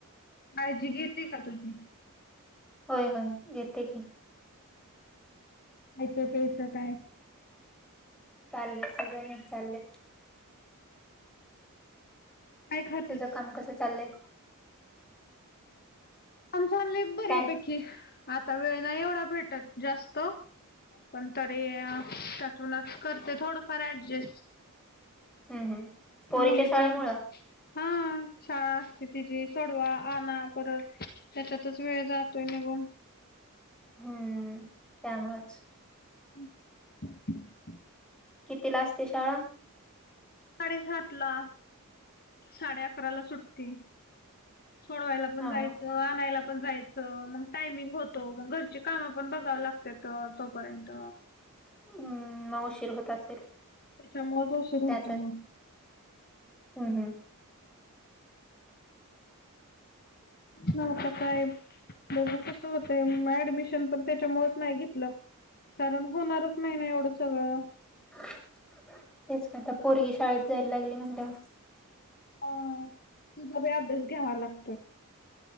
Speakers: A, on the left; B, in the centre.
A: काळजी घेते का तुझी?
B: होय-होय येते की.
A: खायचं प्यायचं काय?
B: चालले सगळ्य नीट चालले.
A: काय खातेस
B: तुझं काम कसं चाललंय?
A: काम चाललंय बर्यापैकी
B: काय
A: आता वेळ नाही एवढा भेटत जास्त. पण, तरी त्यातूनच करते थोडंफार ॲडजस्ट.
B: हम्म हम्म. पोरीच्या
A: मुलीच
B: शाळेमुळं
A: हा, शाळा असते तिची सोडवा आणा परत. त्याच्यातच वेळ जातोय निघून.
B: हम्म त्यामुळेच.
A: <unintelligible>
B: कितीला असते शाळा?
A: साडेसातला साडे अकराला सूटती. सोडवायला पण
B: हा
A: जायचं
B: हा
A: आणायला पण जायचं, मग टायमिंग होतो. मग घरची कामं पण बघाव लागत्यात तोपर्यंत.
B: हम्म मग, उशीर होत असेल.
A: त्याच्यामुळेच उशीर होतोय
B: त्यातच
A: मग.
B: हम्म हम्म.
A: मग आता काय बघु कसं होतंय. ऍडमिशन पण, त्याच्यामुळेच नाही घेतलं. कारण होणारच नाही ना एवढं सगळं.
B: तेच की आता पोरगी शाळेत जायला लागली म्हणल्यावर.
A: अं तिजा बी अभ्यास घ्यावा लागतोय.